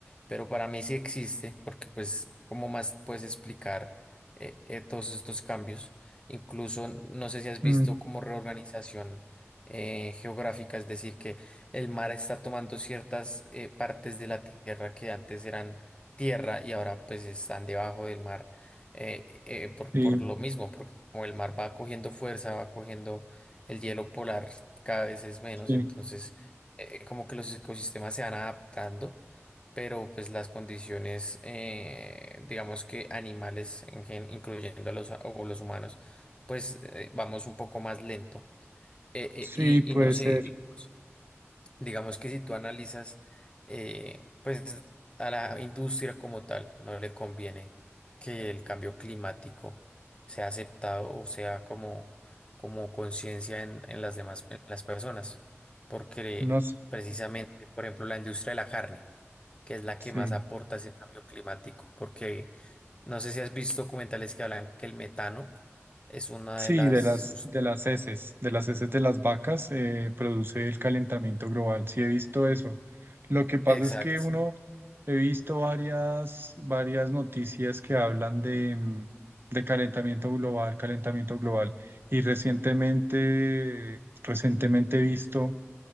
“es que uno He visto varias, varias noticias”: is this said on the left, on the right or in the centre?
Right